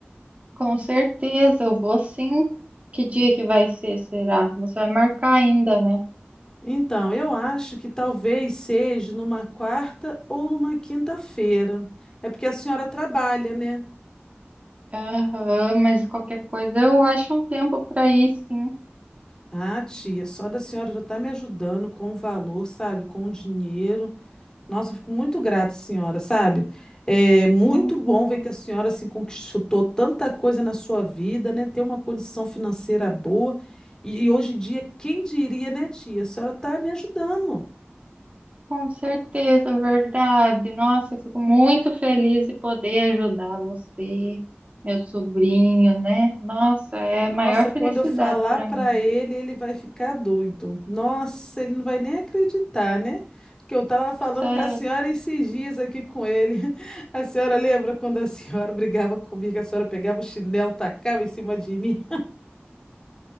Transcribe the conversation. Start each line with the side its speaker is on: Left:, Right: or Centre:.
Right: Com certeza, eu vou sim. Que dia que vai ser, será? Você vai marcar ainda, né?
Left: Então, eu acho que talvez seja numa quarta ou numa quinta-feira. É porque a senhora trabalha, né?
Right: Aham, mas qualquer coisa eu acho um tempo para ir, sim.
Left: Ah, tia, só da senhora já está me ajudando com o valor, sabe? Com o dinheiro. Nossa, eu fico muito grata, senhora, sabe? É muito
Right: Uhum.
Left: bom ver que a senhora se conquistou tanta coisa na sua vida, né? Ter uma condição financeira boa. E, e hoje em dia, quem diria, né, tia? A senhora tá me ajudando.
Right: Com certeza, verdade. Nossa, eu fico muito feliz de poder ajudar você, meu sobrinho, né? Nossa, é
Left: Nossa,
Right: a maior
Left: quando
Right: felicidade
Left: eu falar
Right: para
Left: para
Right: mim.
Left: ele, ele vai ficar doido. Nossa, ele não vai nem acreditar, né? Que eu tava falando
Right: Sério.
Left: da senhora esses dias aqui com ele. <laughs> A senhora lembra quando a senhora <laughs> brigava comigo, a senhora pegava o chinelo, tacava em cima de mim?